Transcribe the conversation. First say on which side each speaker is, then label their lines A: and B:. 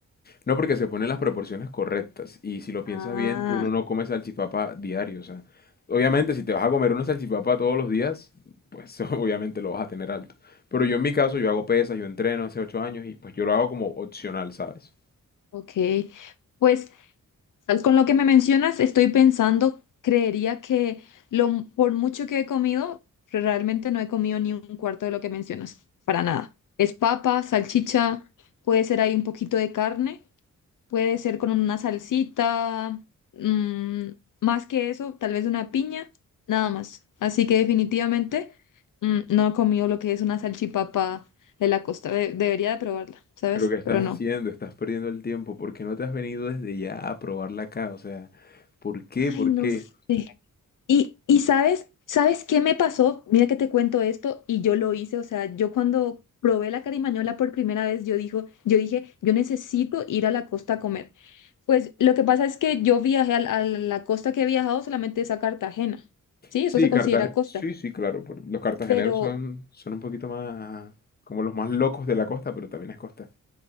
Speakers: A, on the left (about 30°); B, on the left (about 70°).
A: No porque se ponen las proporciones correctas y si lo piensas
B: Ah,
A: bien, uno no come salchipapa diario, o sea, obviamente si te vas a comer una salchipapa todos los días, pues <laughs> obviamente lo vas a tener alto. Pero yo en mi caso, yo hago pesas, yo entreno hace ocho años y pues yo lo hago como opcional, ¿sabes?
B: ok. Pues tal con lo que me mencionas, estoy pensando, creería que lo, por mucho que he comido, realmente no he comido ni un cuarto de lo que mencionas, para nada. Es papa, salchicha, puede ser ahí un poquito de carne. Puede ser con una salsita, mm, más que eso, tal vez una piña, nada más. Así que definitivamente mm, no he comido lo que es una salchipapa de la costa. De- debería de probarla, ¿sabes?
A: Pero ¿qué estás
B: Pero no.
A: haciendo? Estás perdiendo el tiempo. ¿Por qué no te has venido desde ya a probarla acá? O sea, ¿por qué? ¿Por
B: Ay, no
A: qué?
B: sé. Y, y sabes, ¿sabes qué me pasó? Mira que te cuento esto y yo lo hice, o sea, yo cuando probé la carimañola por primera vez, yo dijo, yo dije, yo necesito ir a la costa a comer. Pues lo que pasa es que yo viajé al- a, la costa que he viajado solamente es a Cartagena, ¿sí?
A: Sí,
B: Eso se
A: Cartagena.
B: considera costa,
A: Sí, sí, claro. por- Los cartageneros
B: pero,
A: son, son un poquito más como los más locos de la costa, pero también es costa.